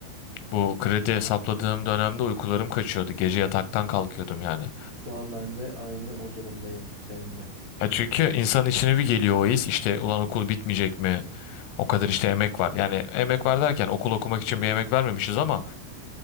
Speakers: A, on the left; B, on the right.
A: bu kredi hesapladığım dönemde uykularım kaçıyordu. Gece yataktan kalkıyordum yani.
B: Şu an ben de aynı o durumdayım seninle.
A: Ya çünkü insanın içine bir geliyor o his. İşte ulan okul bitmeyecek mi? O kadar işte emek var. Yani emek var derken okul okumak için bir emek vermemişiz ama